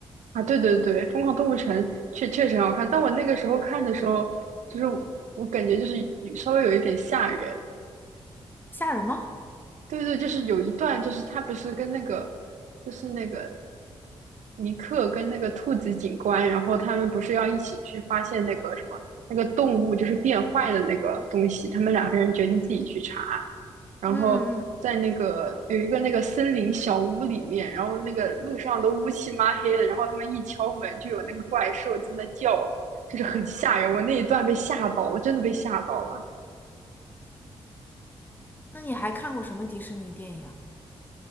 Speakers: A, on the right (about 75°); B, on the left (about 15°).
A: 啊？对对对，《疯狂动物城》确确实很好看，但我那个时候看的时候，就是我我感觉就是稍微有一点吓人。
B: 吓人吗？
A: 对对，就是有一段，就是他不是跟那个，就是那个尼克跟那个兔子警官，然后他们不是要一起去发现那个什么那个动物就是变坏的那个东西，他们两个人决定自己去查，然后在那个有一个那个森林小屋里面，
B: 嗯嗯。
A: 然后那个路上都乌漆嘛黑的，然后他们一敲门就有那个怪兽在那叫，就是很吓人，我那一段被吓到了，真的被吓到了。
B: 那你还看过什么迪士尼电影啊？